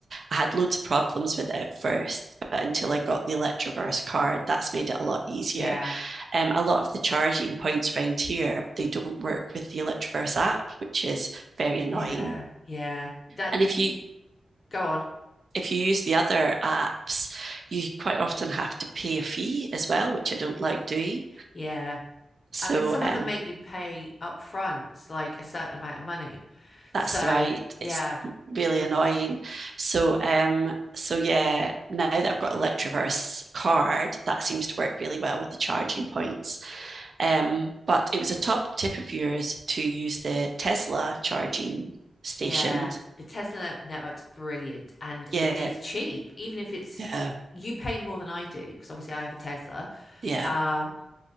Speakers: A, on the right; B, on the left.
A: i had loads of problems with it at first but until i got the electroverse card that's made it a lot easier
B: Yeah,
A: um, a lot of the charging points around here they don't work with the electroverse app which is very annoying
B: yeah, yeah. That
A: and
B: you
A: if you
B: go on.
A: if you use the other apps you quite often have to pay a fee as well which i don't like doing
B: Yeah.
A: so
B: I mean, some
A: um,
B: of them make you pay up front, like a certain amount of money.
A: That's
B: So,
A: right.
B: yeah,
A: It's really annoying. So, um, so yeah, now that I've got a Electroverse card, that seems to work really well with the charging points. Um, but it was a top tip of yours to use the Tesla charging stations.
B: yeah. The Tesla net- network's brilliant and
A: Yeah,
B: it is cheap, even if it's
A: yeah,
B: you pay more than I do, because obviously I have a Tesla.
A: yeah,
B: Um,